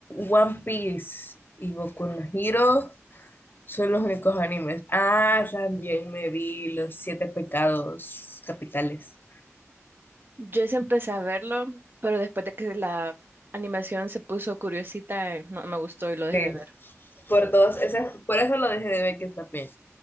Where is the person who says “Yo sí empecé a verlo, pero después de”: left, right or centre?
Right